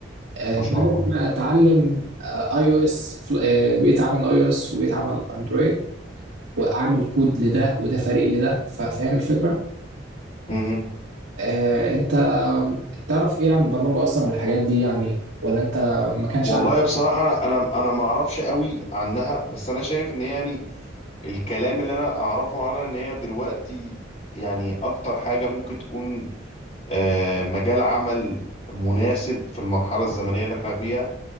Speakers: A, on the right; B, on the left.
A: آه،
B: ما
A: بدل
B: شاء الله
A: ما اتعلم اي او اس بيئة عمل اي او اس وبيئة عمل اندرويد واعمل كود لده وده فريق لده ف- فاهم الفكرة؟
B: مم.
A: آه، انت تعرف ايه عن البرمجة اصلا والحاجات دي يعني ولا انت ما كانش
B: والله
A: عندك
B: بصراحه انا انا أنا ما اعرفش قوي عنها بس انا شايف ان هي يعني الكلام اللي انا اعرفه عنها ان هي دلوقتي يعني اكتر حاجه ممكن تكون آه، مجال عمل مناسب في المرحله الزمنيه اللي احنا فيها